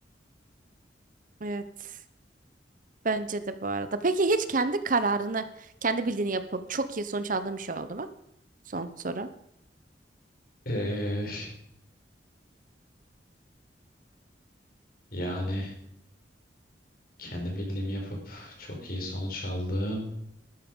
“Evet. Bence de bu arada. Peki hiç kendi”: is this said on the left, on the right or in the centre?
Right